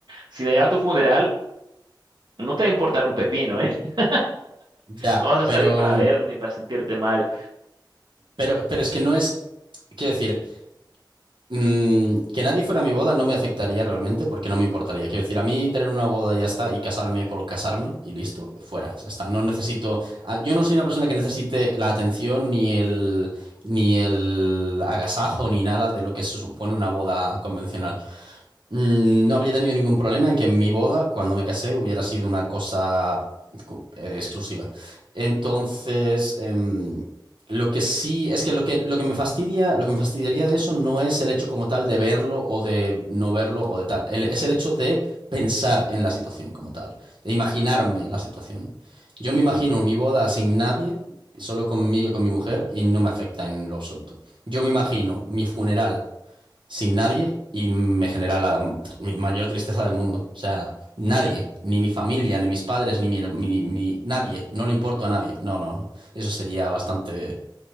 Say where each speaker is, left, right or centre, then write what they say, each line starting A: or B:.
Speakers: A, on the right; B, on the right.
A: Si nadie va a tu funeral, no te va a importar un pepino, ¿eh? <laughs>
B: Ya,
A: No vas a
B: pero,
A: estar ahí para verlo ni para sentirte mal.
B: pero, pero es que no es. Quiero decir. Mm, que nadie fuera a mi boda no me afectaría realmente porque no me importaría. Quiero decir, a mí tener una boda ya está y casarme por casarme y listo, fuera, ya está. No necesito, ah, yo no soy una persona que necesite la atención ni el ni el agasajo ni nada de lo que se supone una boda convencional. Mm, No habría tenido ningún problema en que mi boda, cuando me casé, hubiera sido una cosa cu- eh, exclusiva. Entonces, em, lo que sí, es que lo que, lo que me fastidia, lo que me fastidiaría de eso no es el hecho como tal de verlo o de no verlo o de tal. El- es el hecho de pensar en la situación como tal, de imaginarme la situación. Yo me imagino mi boda sin nadie, solo conmigo y con mi mujer, y no me afecta en lo absoluto. Yo me imagino mi funeral sin nadie y me genera la tr- mi mayor tristeza del mundo. O sea, nadie, ni mi familia, ni mis padres, ni mi, her- mi- mi- nadie, no le importo a nadie. No, no, no. Eso sería bastante